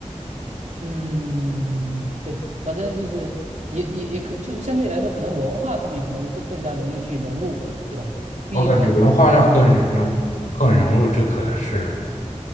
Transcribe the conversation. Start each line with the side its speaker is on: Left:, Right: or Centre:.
Right: 嗯，对，反正就是也也也可，就是相对来说，可能文化上面可能更更加容易去融入吧，对吧？毕竟它是，
Left: 我感觉文化上更融更融入，这可能是